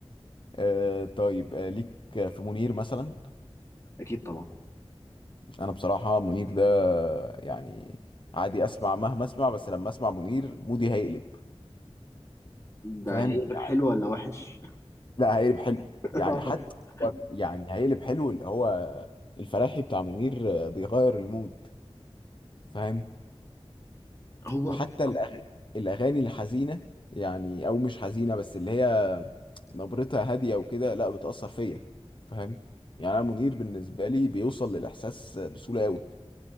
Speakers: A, on the left (about 50°); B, on the left (about 25°).
A: آه طيب آه ليك في منير مثلا
B: اكيد طبعا
A: انا بصراحه منير ده يعني عادي اسمع مهما اسمع بس لما اسمع منير مودي هيقلب
B: ده
A: فاهم
B: هي
A: يعني
B: حلو ولا وحش
A: لا هيقلب حلو
B: <laughs>
A: يعني حتى يعني هيقلب حلو اللي هو الفراحي بتاع منير آه، بيغير المود فاهم
B: هو
A: وحتى طب الأغ- الاغاني الحزينه يعني او مش حزينه بس اللي هي نبرتها هاديه وكده لا بتاثر فيا فاهم يعني انا منير بالنسبه لي بيوصل للاحساس بسهوله قوي